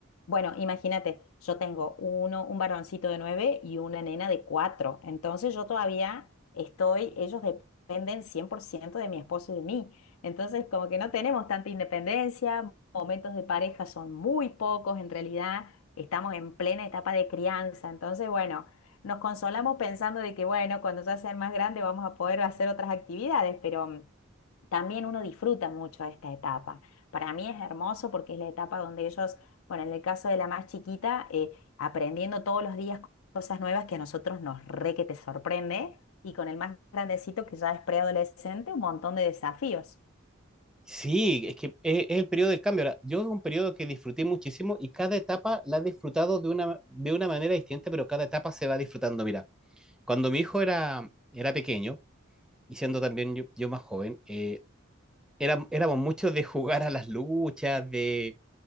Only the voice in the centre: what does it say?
Sí, es que es, es el periodo del cambio. Ahora, yo es un periodo que disfruté muchísimo y cada etapa la he disfrutado de una, de una manera distinta, pero cada etapa se va disfrutando. Mira, cuando mi hijo era, era pequeño, y siendo también yo, yo más joven, eh, era- éramos muchos de jugar a las luchas, de